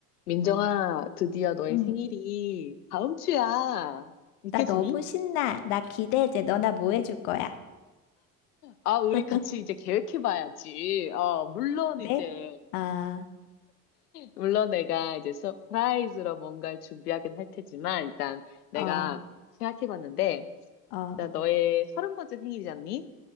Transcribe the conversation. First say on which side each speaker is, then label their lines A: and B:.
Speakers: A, on the left; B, on the left.
A: 민정아, 드디어 너의
B: 응.
A: 생일이 다음 주야. 믿겨지니?
B: 나 너무 신나. 나 기대해 너나 뭐 해줄 거야?
A: 아, 우리
B: <laughs>
A: 같이 이제 계획해봐야지. 어, 물론
B: 네?
A: 이제,
B: 아,
A: 물론 내가 이제 서프라이즈로 뭔가를 준비하긴 할 테지만, 일단 내가
B: 어,
A: 생각해봤는데,
B: 어,
A: 일단 너의 서른 번째 생일이잖니?